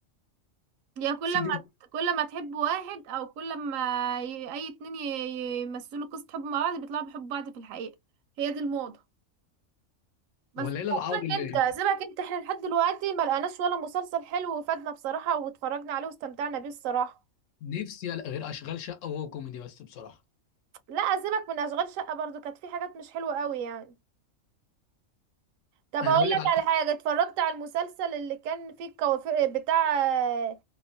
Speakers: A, on the right; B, on the left.
A: هي كل
B: سيد
A: ما كل ما تحب واحد او كل ما ي... اي اتنين ي... يمثلوا قصة حب مع بعض بيطلعوا بيحبوا بعض في الحقيقة هي دي الموضة بس
B: والليله
A: سيبك
B: العوض اللي
A: انت سيبك انت احنا لحد دلوقتي ما لقناش ولا مسلسل حلو وفادنا بصراحة واتفرجنا عليه واستمتعنا بيه الصراحة
B: نفسي ألاقي غير اشغال شقه وهو كوميدي بس بصراحه
A: لا سيبك من اشغال شقة برضو كانت في حاجات مش حلوة قوي يعني طب
B: يعني
A: هقول
B: اقول لك
A: لك
B: على
A: على حاجة اتفرجت على المسلسل اللي كان فيه الكوافير بتاع آه،